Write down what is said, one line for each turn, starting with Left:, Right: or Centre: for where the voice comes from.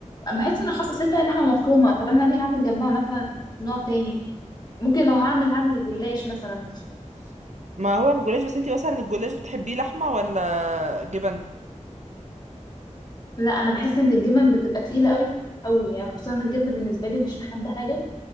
Left: بحس ان خاصه لسه لحمه مفرومه طب انا ليه هعمل جنبها مثلا نوع تاني ممكن لو هعمل هعمل جلاش مثلا
Right: ما هو الجلاش بس انتي مثلا الجلاش بتحبيه لحمه ولا جبن
Left: لا انا بحس ان الجبن بتبقى تقيله قوي قوي يعني خصوصا إن الجبنه بالنسبه لي مش حابه حاجه